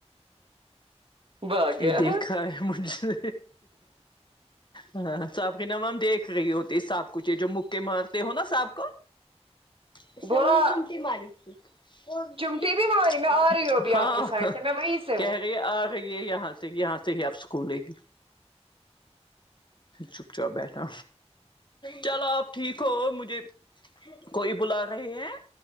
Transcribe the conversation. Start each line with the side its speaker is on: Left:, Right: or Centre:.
Right: بھاگ
Left: یہ
Right: گیا
Left: دیکھا ہے مج سے ہاں صاحب کے نام ہم دیکھ رہی ہوتی صاب کچھ جو مکے مارتے ہو نا صاب کو اس س
Right: بولا
Left: مجھ نے چمٹی ماری تھی کون
Right: چمٹی
Left: س
Right: بھی ماری میں آ رہی ہوں ابھی
Left: ہاں
Right: آپ کے سائڈ سے میں وہیں سے ہوں
Left: کہہ آ گئی ہے یہاں سے یہاں سے ہی آپ اسکول لے گی چپ چاپ بیٹھا چلو آپ ٹھیک ہو مجھے کوئی بلا رہے ہیں